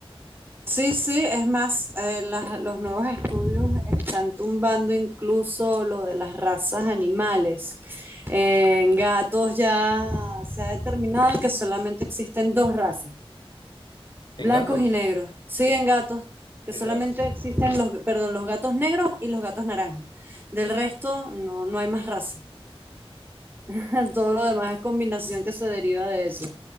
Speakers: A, on the right; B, on the left.
A: sí, sí. Es más, eh, las- los nuevos estudios están tumbando incluso lo de las razas animales. En gatos ya se ha determinado que solamente existen dos razas.
B: en
A: Blancos
B: gatos,
A: y negros. Siguen gatos, que
B: qué
A: solamente
B: gracia.
A: existen los, perdón, los gatos negros y los gatos naranjas. Del resto, no, no hay más raza. <laughs> Todo lo demás es combinación que se deriva de eso.